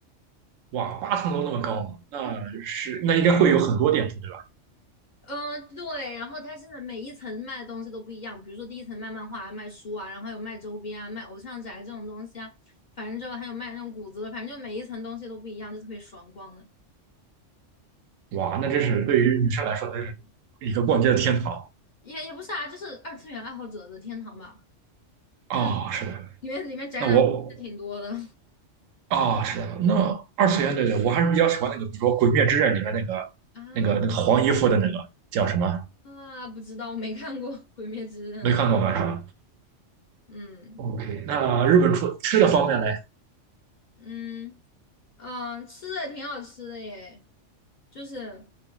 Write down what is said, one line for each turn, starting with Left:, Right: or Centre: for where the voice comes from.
Right: 哇，八层楼那么高吗，那是那应该会有很多店铺对吧？
Left: 嗯嗯，对，然后它现在每一层卖的东西都不一样，比如说第一层卖漫画、卖书啊，然后有卖周边啊、卖偶像宅这种东西啊，反正就还有卖那种谷子的，反正就每一层东西都不一样，就特别爽逛的，
Right: 哇，那真是对于女生来说，真是一个逛街的天堂
Left: 也也不是啊，就是二次元爱好者的天堂吧，
Right: 啊、
Left: 就
Right: 是的，
Left: 里面里面宅男挺多的
Right: 那我啊、是的，那二次元，对对，我还是比较喜欢那个，比如说《鬼灭之刃》里面那个、
Left: <laughs> 啊
Right: 那个、那个黄衣服的那个叫什么？
Left: 啊，不知道，我没看过《鬼灭之刃》，
Right: 没看过吧？是吧
Left: 嗯。
Right: ？OK，那日本出吃的方面嘞？
Left: 嗯嗯，吃的挺好吃的耶，就是